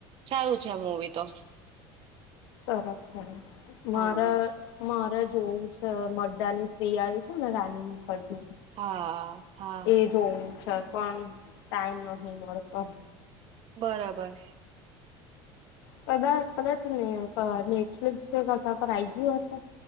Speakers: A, on the right; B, on the left.
A: સારું છે મૂવી તો.
B: સરસ સરસ
A: હા
B: મારા મા ણે જોવું છે હવે મરદાની થ્રી આયું છ છે ને રાની મુખર્જીનું
A: હા હા
B: એ જોવું છે હ પણ ટાઈમ નથી મળતો.
A: બરબર.
B: કદા કદાચ ને ક નેટફ્લિક્સ કે કશા પર આઈ ગયું હશે?